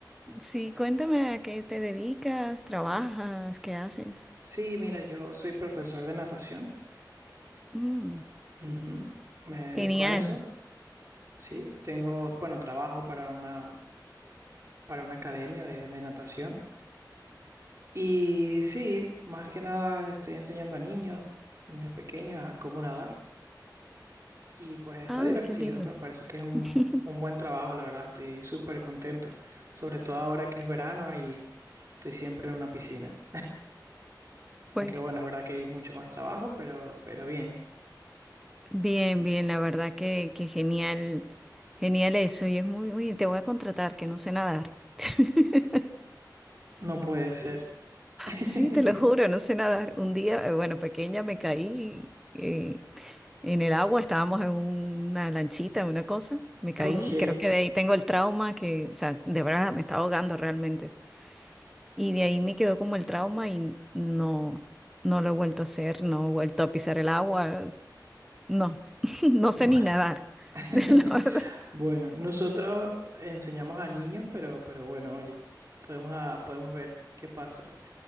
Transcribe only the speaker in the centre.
Sí, cuéntame a qué te dedicas, trabajas, qué haces.
Mm,
genial.
Ay,
qué lindo.
<laughs>
Pues
bien, bien, la verdad que, que genial, genial eso. Y es muy, uy, te voy a contratar, que no sé nadar. <laughs>
Sí,
te lo juro, no sé nadar. Un día, eh, bueno, pequeña me caí eh, en el agua, estábamos en una lanchita, una cosa, me caí
y creo que de ahí tengo el trauma que, o sea, de verdad me estaba ahogando realmente. Y de ahí me quedó como el trauma y no, no lo he vuelto a hacer, no he vuelto a pisar el agua, no, <laughs> no sé
ni nadar,
<laughs> la verdad.